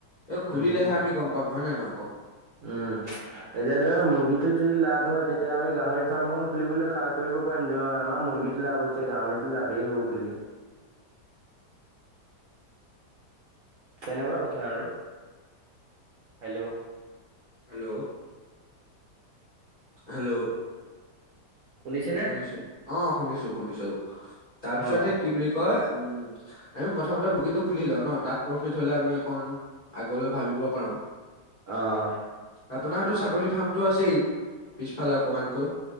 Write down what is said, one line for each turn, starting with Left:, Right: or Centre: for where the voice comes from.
Left: এই খুলিলেহে
Right: উম।
Left: আমি গম পাম হয় নে নহয় কওক।
Right: উম। এতিয়া ধৰ মুৰ্গীটোত যদি লাভ হয়, তেতিয়া আমি গাহৰি ফাৰ্ম এখন খুলিবলৈ সাহ কৰিব পাৰিম, ধৰ আমাৰ মুৰ্গীত লাভ হৈছে, গাহৰিটোও লাভেই হ'ব বুলি। তেনেকুৱা কথা আৰু হেল্ল'
Left: হেল্ল হেল্ল
Right: শুনিছেনে?
Left: শুনিছো অ শুনিছো শুনিছো তাৰপিছত
Right: অ'।
Left: সেই কি বুলি কয় উম। আমি প্ৰথমতে মুৰ্গীটো খুলি লওঁ ন তাত প্ৰফিট হলে আমি অকণ আগলৈ ভাবিব পাৰোঁ।
Right: অ'।
Left: আপোনাৰতো ছাগলী ফাৰ্মটো আছেই, পিছফালে অকমানকৈ।